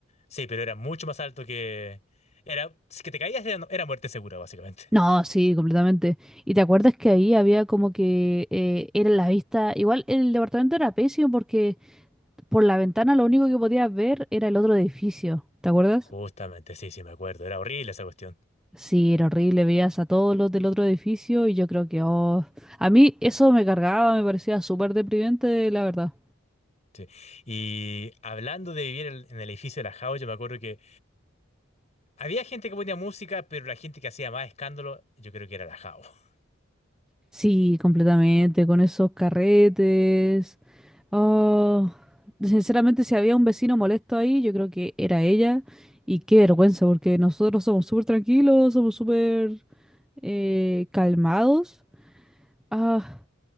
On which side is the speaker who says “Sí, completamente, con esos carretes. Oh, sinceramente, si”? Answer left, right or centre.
Centre